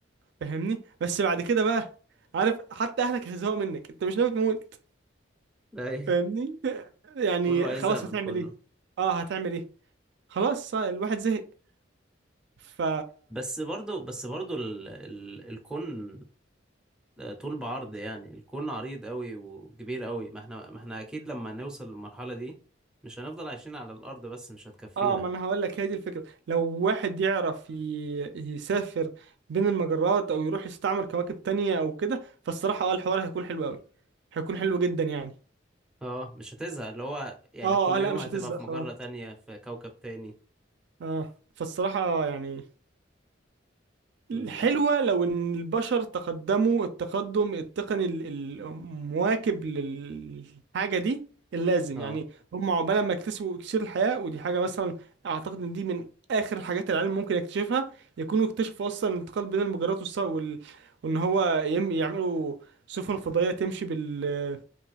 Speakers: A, on the right; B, in the centre.
A: فاهمني بس بعد كده بقى عارف حتى اهلك هيزهقوا منك انت مش ناوي تموت
B: لا إيه.
A: فاهمني <laughs> يعني
B: كله هيزهق
A: خلاص
B: من
A: هتعمل
B: كله
A: ايه اه هتعمل ايه خلاص الواحد زهق ف
B: بس برضو بس برضو ال ال الكون ده طول بعرض يعني الكون عريض قوي وكبير قوي ما احنا ما احنا اكيد لما نوصل للمرحلة دي مش هنفضل عايشين على الارض بس مش هتكفينا
A: اه ما انا هقول لك هي دي الفكره لو واحد يعرف ي- يسافر بين المجرات او يروح يستعمر كواكب تانية او كده فالصراحه اه الحوار هيكون حلو قوي هيكون حلو جدا يعني
B: اه مش هتزهق اللي هو يعني
A: اه
B: كل
A: اه لا
B: يوم
A: مش
B: هتبقى
A: هتزهق
B: في مجرة
A: خلاص
B: تانية في كوكب تاني
A: اه فالصراحه يعني
B: امم
A: حلوة لو إن البشر تقدموا التقدم التقني ال- ال- المواكب للحاجة دي اللازم
B: اه
A: يعني هم عقبال ما يكتسبوا إكسير الحياة ودي حاجة مثلا أعتقد إن دي من آخر الحاجات اللي العلم ممكن يكتشفها يكونوا اكتشفوا أصلا الانتقال بين المجرات والس- وال... وإن هو يم... يعملوا سفن فضائية تمشي بال...